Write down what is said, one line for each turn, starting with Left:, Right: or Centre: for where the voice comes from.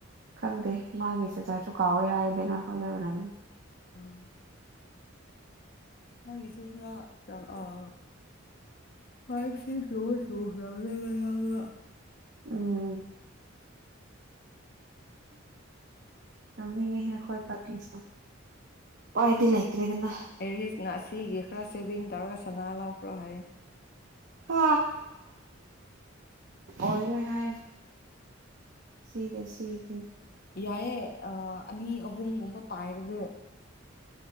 Right: ꯈꯪꯗꯦ ꯃꯥꯒꯤ <unintelligible> ꯁꯨ ꯀꯥꯎꯋꯦ ꯍꯥꯏꯗꯅ ꯑꯩꯈꯣꯏ ꯑꯣꯢꯔꯝꯅꯤ
Left: ꯑꯥ ꯅꯪꯒꯤꯁꯨ ꯈꯔ ꯆꯪ ꯑꯥ <unintelligible>
Right: ꯎꯝ ꯌꯥꯎꯅꯤꯡꯉꯤꯍꯦ ꯑꯩ ꯍꯈꯣꯏ ꯄꯥꯔꯇꯁ ꯄꯥꯏꯗꯤ ꯂꯩꯇ꯭ꯔꯦꯗꯅ
Left: ꯑꯦꯔꯤꯁꯅ ꯑꯁꯤꯒꯤ ꯈꯔ ꯁꯦꯚꯤꯡ ꯇꯧꯔꯒ ꯁꯅꯥ ꯂꯧꯈ꯭ꯔꯣ ꯍꯥꯏ
Right: ꯍ ꯑꯣꯏꯔ ꯍꯥꯏ ꯁꯤꯗꯦ ꯁꯤꯗꯦ
Left: ꯌꯥꯑꯦ ꯑ ꯑꯅꯤ ꯑꯍꯨꯝꯒꯨꯝꯕ ꯄꯥꯏꯔꯗꯤ